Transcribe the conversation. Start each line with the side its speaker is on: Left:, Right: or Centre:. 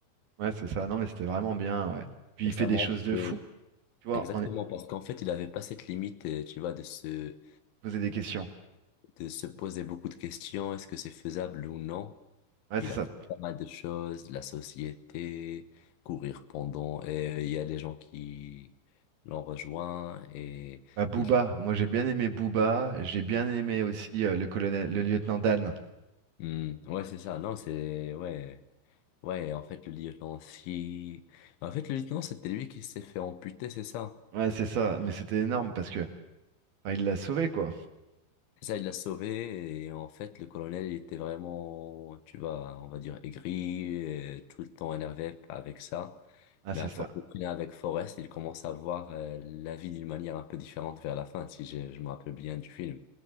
Right: Ouais, c'est ça. Non, mais c'était vraiment bien. Ouais. Puis il
Left: Et
Right: fait
Left: ça
Right: des
Left: montre
Right: choses de
Left: que,
Right: fou. Tu vois,
Left: exactement,
Right: on est
Left: parce qu'en fait, il n'avait pas cette limite, euh, tu vois, de se,
Right: posé des questions.
Left: de se poser beaucoup de questions, est-ce que c'est faisable ou non?
Right: Ouais,
Left: Il
Right: c'est ça.
Left: a fait pas mal de choses, la société, courir pendant, et euh, il y a des gens qui l'ont rejoint, et
Right: Bah, Booba.
Left: il,
Right: Moi, j'ai bien aimé Booba. J'ai bien aimé aussi euh, le colonel, le lieutenant Dan.
Left: Hmm, ouais, c'est ça, non, c'est, ouais, ouais, en fait, le lieutenant, si, en fait, le lieutenant, c'était lui qui s'est fait amputer, c'est ça?
Right: Ouais, c'est ça. Mais c'était énorme parce que, enfin, il l'a sauvé, quoi.
Left: Ça, il l'a sauvé et en fait, le colonel, il était vraiment, tu vois, on va dire aigri, et tout le temps énervé avec ça.
Right: Ah, c'est
Left: Mais à
Right: ça.
Left: force de traîner avec Forrest, il commence à voir euh, la vie d'une manière un peu différente vers la fin, si j'ai- je me rappelle bien du film.